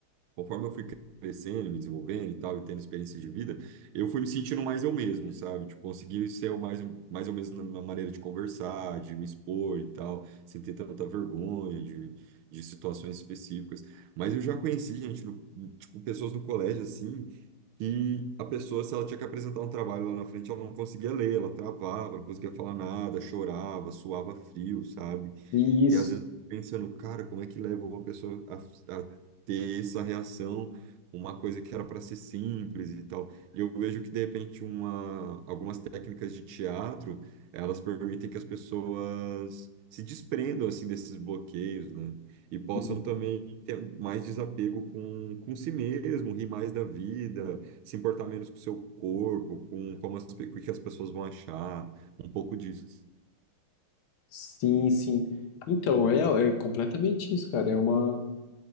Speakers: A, on the right; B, on the left.
A: conforme eu fui crescendo, me desenvolvendo e tal, e tendo experiência de vida, eu fui me sentindo mais eu mesmo, sabe? Tipo, consegui ser o mais, mais eu mesmo na na maneira de conversar, de me expor e tal, sem ter tanta vergonha de, de situações específicas. Mas eu já conheci gente, no- tipo, pessoas no colégio, assim, que a pessoa, se ela tinha que apresentar um trabalho lá na frente, ela não conseguia ler, ela travava, não conseguia falar nada, chorava, suava frio, sabe?
B: isso.
A: E às vezes eu fico pensando, cara, como é que leva uma pessoa a, a ter essa reação, uma coisa que era para ser simples e tal. E eu vejo que, de repente, uma, algumas técnicas de teatro, elas permitem que as pessoas se desprendam, assim, desses bloqueios, né? E possam
B: Uhum.
A: também ter mais desapego com, com si mesmo, rir mais da vida, se importar menos com o seu corpo, com como as, pe- o que as pessoas vão achar, um pouco disso.
B: Sim, sim. Então, é, é completamente isso, cara. É uma